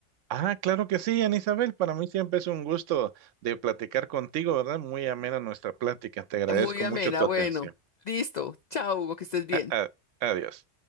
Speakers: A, on the right; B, on the left.
A: Ah, claro que sí, Ana Isabel. Para mí siempre es un gusto de platicar contigo, ¿verdad? Muy amena nuestra plática. Te agradezco
B: muy amena,
A: mucho tu
B: bueno.
A: atención.
B: Listo. Chao, Hugo, que estés bien.
A: A- a- adiós.